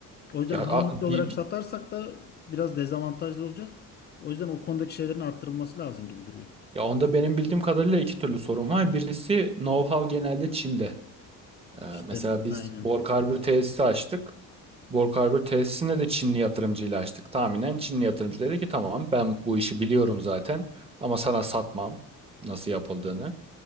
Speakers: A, on the left (about 30°); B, on the right (about 20°).
A: O yüzden
B: ya,
A: ham
B: a-
A: madde
B: bi-
A: olarak
B: bi-
A: satarsak da biraz dezavantajlı olacağız. O yüzden o konudaki şeylerin arttırılması lazım gibi duruyor.
B: ya onda benim bildiğim kadarıyla iki türlü sorun var. Birisi know-how genelde Çin'de. Ee,
A: İşte
B: mesela biz
A: aynen.
B: bor karbür tesisi açtık. Borg Harbor tesisine de Çinli yatırımcıyla açtık. Tahminen Çinli yatırımcı dedi ki tamam ben bu işi biliyorum zaten ama sana satmam nasıl yapıldığını.